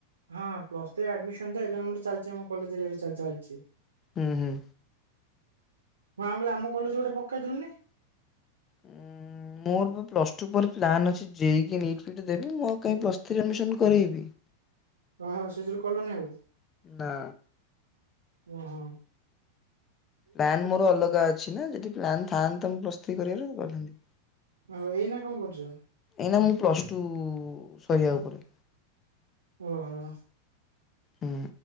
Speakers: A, on the right; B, on the left.
A: ହଁ ପ୍ଲସ୍ ଥ୍ରୀ ଆଡ୍ମିସନ ତ ଏବେ ଆମର ଚାଲିଛି ଆମ କଲେଜରେ ଏବେ ଚାଲିଛି।
B: ହୁଁ ହୁଁ।
A: ମୁଁ ଆ କହିଲି ଆମ କଲେଜ ଗୋଟେ ପକେଇଦେଲନି
B: ହୁଁ। ମୋର ପ୍ଲସ୍ ଟୁ ପରେ ପ୍ଲାନ୍ ଅଛି ଜେଇକି ନିଟ୍ ଫିଟ ଦେବି ମୁଁ ଆ କାଇଁ ପ୍ଲସ୍ ଥ୍ରୀରେ ଆଡମିସନ୍ କରେଇବି।
A: ଓହୋ ସେଥିୋରୁ କଲନି ଆଉ।
B: ନା।
A: ଓ ହୋ।
B: ପ୍ଲାନ ମୋର ଅଲଗା ଅଛି ନା ଯଦି ପ୍ଲାନ ଥାଆନ୍ତା ମୁଁ ପ୍ଲସ୍ ଥ୍ରୀ କରିବାର କହିଥାନ୍ତି।
A: ଓହୋ ଏଇ ନା କଣ କରୁଛ?
B: ଏଇନା ମୁଁ ପ୍ଲସ୍ ଟୁ ସରିବା ଉପରେ।
A: ଓହୋ।
B: ହୁଁ